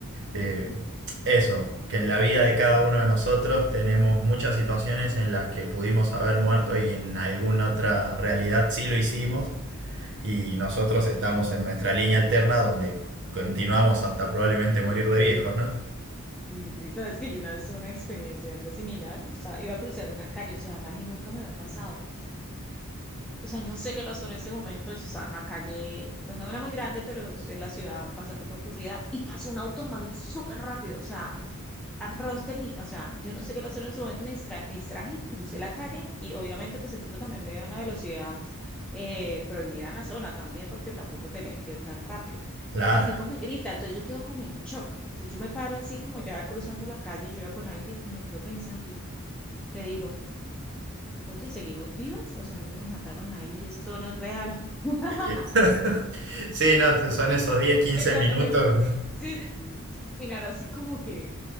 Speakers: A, on the right; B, in the centre.
A: eh,
B: Ujú.
A: eso, que en la vida de cada uno de nosotros tenemos muchas situaciones en las que pudimos haber muerto y en alguna otra realidad sí lo hicimos y nosotros estamos en nuestra línea alterna donde continuamos hasta probablemente morir de viejos, ¿no?
B: Sí, sí, sabes que yo una vez tuve una experiencia algo similar. Estaba- iba a cruzar una calle, o sea, más y nunca me había pasado. o sea, no sé qué pasó en ese momento, yo estaba en una calle, pues no era muy grande, pero es es la ciudad bastante concurrida, y pasó un automóvil súper rápido, o sea, el arroz de mí, o sea, yo no sé qué pasó en ese momento, me distra- me distraje, y crucé la calle, y obviamente pues el tipo también me veía a una velocidad eh, prohibida en la zona también, porque tampoco tenía que ir tan rápido.
A: Claro.
B: Y el tipo me grita, entonces yo quedo como en shock. Entonces yo me paro así como ya cruzando la calle, yo iba con alguien y me quedo pensando, y yo le digo, Oye, ¿seguimos vivas? ¿O será que nos mataron ahí? Esto no es real. <laughs>
A: <laughs> Sí, no, son esos 10, 15
B: Empecé
A: minutos.
B: a ca- eh, Sí, sí. Mirar así como que,